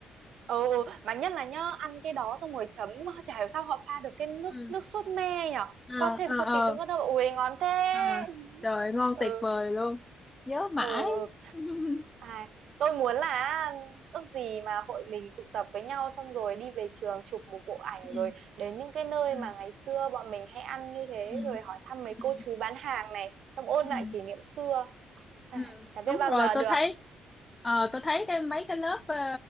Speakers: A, on the right; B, on the left.
A: Ờ, ừ mà nhất là nhá ăn cái đó xong rồi chấm chả hiểu sao họ pha được cái nước
B: ừ
A: nước sốt me nhở có
B: ờ
A: thêm
B: ờ
A: cho tí
B: ờ
A: tương ớt đâu ui ngon thế
B: ờ.
A: <laughs>
B: trời ơi, ngon
A: ừ
B: tuyệt vời luôn nhớ mãi
A: ừ ừ
B: <laughs>
A: à, tôi muốn là ước gì mà hội mình tụ tập với nhau xong rồi đi về trường chụp một bộ ảnh
B: ừ
A: rồi đến những cái nơi
B: ừ
A: mà ngày xưa bọn mình hay ăn như thế
B: ừ
A: rồi hỏi thăm mấy
B: ừ
A: cô chú bán hàng này xong ôn
B: ừ
A: lại kỷ niệm xưa à,
B: ừ
A: chả biết
B: đúng
A: bao
B: rồi
A: giờ
B: tôi
A: được
B: thấy ờ, tôi thấy cái mấy cái lớp ờ,